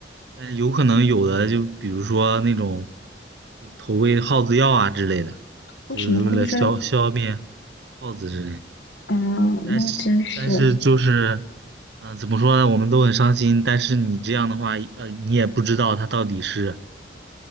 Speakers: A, on the right; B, on the left.
A: 但有可能有的就比如说那种会投喂耗子药啊之类的，就是为了消消灭
B: 为什么会在
A: 耗子之类的。
B: 啊？
A: 但是但是就是，
B: 那真是，
A: 嗯、怎么说呢？我们都很伤心。但是你这样的话，呃，你也不知道它到底是